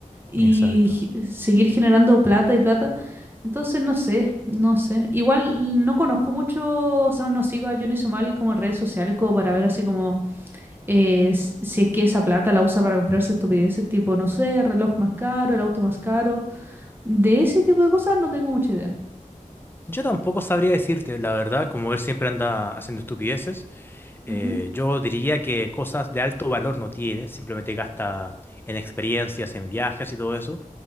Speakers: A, on the right (about 15°); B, on the left (about 15°).
A: y
B: Exacto.
A: gi- seguir generando plata y plata. Entonces, no sé, no sé. Igual no conozco mucho, o sea, no sigo a Johnny Somali como en redes sociales, como para ver así como eh, s- si es que esa plata la usa para comprarse estupideces tipo, no sé, reloj más caro, el auto más caro. De ese tipo de cosas no tengo mucha idea.
B: Yo tampoco sabría decirte, la verdad, como él siempre anda haciendo estupideces,
A: Ujú,
B: eh, yo diría que cosas de alto valor no tiene, simplemente gasta en experiencias, en viajes y todo eso.